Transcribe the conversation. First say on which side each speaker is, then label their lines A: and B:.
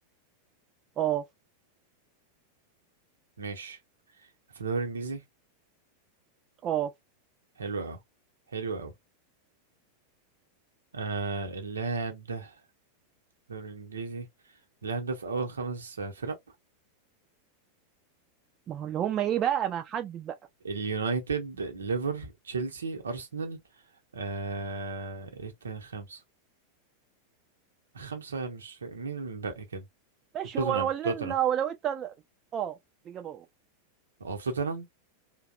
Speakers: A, on the right; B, on the right.
A: اه
B: ماشي في الدوري الانجليزي
A: اه
B: حلو اوي حلو اوي آه اللاعب ده في الدوري الانجليزي اللاعب ده في اول خمس فرق
A: ما هو اللي هم ايه بقى ما حدد بقى
B: اليونايتد ليفر تشيلسي ارسنال آه... ايه تاني خمسة خمسة مش فا- مين اللي باقي كده
A: ماشي
B: توتنهام
A: هو لو لو
B: توتنهام
A: لو انت اه الاجابه اه
B: هو في توتنهام